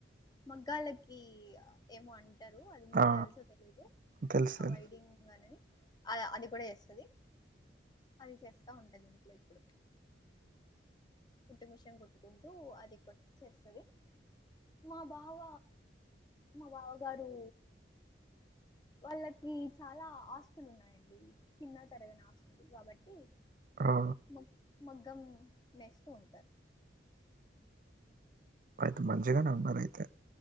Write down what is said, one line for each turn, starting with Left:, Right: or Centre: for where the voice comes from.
Left: మగ్గాలకి ఏమో అంట టరు అది మీకు
Right: ఆ! ఓ, ఆ!
Left: తెలుసో తెలీదో
Right: తెలుసు
Left: ఆ
Right: తెలుసు.
Left: వైడింగనేది అది కూడా చేస్త టది అది చేస్తా ఉంటది ఇంట్లో ఇప్పుడు కుట్టు మిషన్ కుట్టుకుంటూ అది కూడా చేస్తది మా బావ మా బావగారు వాళ్ళకి చాలా ఆస్తులు ఉన్నాయండి తిన్నా తరగని ఆస్తు దు కాబట్టి
Right: ఆ
Left: మ మగ్గం నేస్తూ ఉంటారు
Right: అయితే మంచిగానే ఉన్నారు అయితే